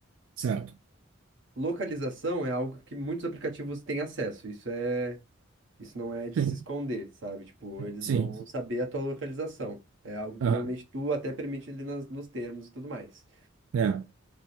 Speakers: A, on the right; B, on the right.
A: certo.
B: Localização é algo que muitos aplicativos têm acesso, isso é, isso não é de
A: Sim.
B: se esconder, sabe? Tipo, eles
A: Sim.
B: vão
A: sim.
B: saber a tua localização. É algo
A: Aham.
B: que normalmente tu até permite ali nas- nos termos e tudo mais.
A: É.